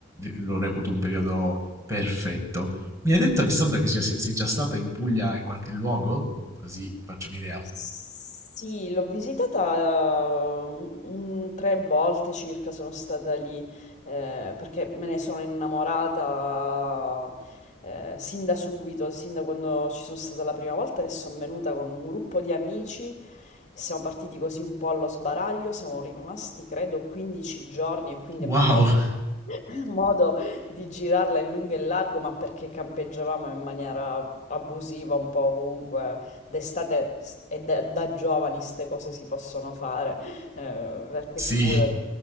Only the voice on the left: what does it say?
Sì, l'ho visitata uh, un- tre volte circa, sono stata lì eh, perché me ne sono innamorata eh, sin da subito, sin da quando ci sono stata la prima volta e sono venuta con un gruppo di amici. Siamo partiti così un po' allo sbaraglio, siamo rimasti credo 15 giorni e quindi
abbiamo <laughs> modo di girarla in lungo e in largo, ma perché campeggiavamo in maniera abusiva un po' ovunque d'estate s- e da, da giovani ste cose si possono fare, eh, perché
figura,